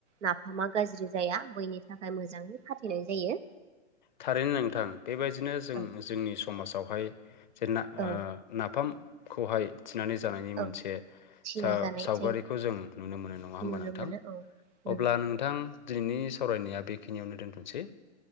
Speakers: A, on the right; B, on the left.
A: नाफामा गाज्रि जाया बैनि थाखाय मोजां खाथेनाय जायो
B: थारैनो नोंथां बेबायदिनो जों
A: औ
B: जोंनि समाजावहाय जे ना
A: औ
B: ओ नाफाम खौहाय थिनानै जानायनि
A: औ
B: मोनसे
A: थिना
B: सा-सावगारिखौ
A: जानाय जायो
B: जों नुनो मोनो नङा होमबा
A: नुनो
B: नोंथां
A: मोनो औ नंगौ
B: अब्ला नोंथां दिनैनि सावरायनाया बेखिनियावनो दोनथ'नोसै